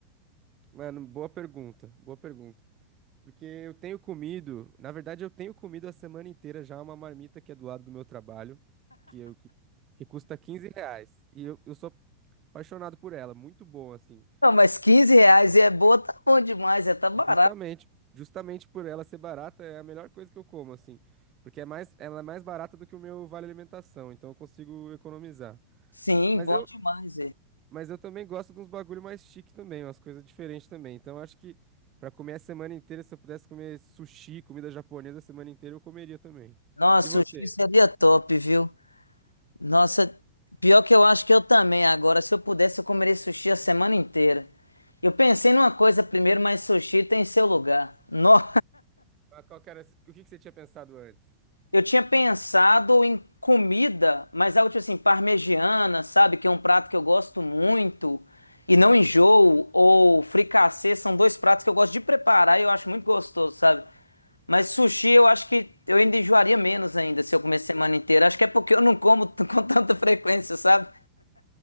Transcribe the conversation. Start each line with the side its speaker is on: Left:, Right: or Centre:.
Right: Mano, boa pergunta, boa pergunta. Porque eu tenho comido, na verdade, eu tenho comido a semana inteira já uma marmita que é do lado do meu trabalho, que, eu, que, que custa 15 reais. E eu, eu sou apaixonado por ela, muito bom, assim.
Left: Não, mas 15 reais e é boa, tá bom demais, é, tá barato.
Right: Justamente, justamente por ela ser barata, é a melhor coisa que eu como, assim. Porque é mais, ela é mais barata do que o meu vale alimentação, então eu consigo economizar.
Left: Sim,
Right: Mas
Left: bom
Right: eu,
Left: demais, é.
Right: mas eu também gosto de uns bagulho mais chique também, umas coisas diferentes também. Então eu acho que pra comer a semana inteira, se eu pudesse comer sushi, comida japonesa a semana inteira, eu comeria também.
Left: Nossa,
Right: E você?
Left: o sushi seria top, viu? Nossa, pior que eu acho que eu também agora. Se eu pudesse, eu comeria sushi a semana inteira. Eu pensei numa coisa primeiro, mas sushi tem seu lugar. No... <laughs>
Right: Mas qual que era, o que que você tinha pensado antes?
Left: Eu tinha pensado em comida, mas algo tipo assim, parmegiana, sabe? Que é um prato que eu gosto muito e não enjoo. Ou fricassê, são dois pratos que eu gosto de preparar e eu acho muito gostoso, sabe? Mas sushi eu acho que eu ainda enjoaria menos ainda se eu comer semana inteira. Acho que é porque eu não como <laughs> t- com tanta frequência, sabe?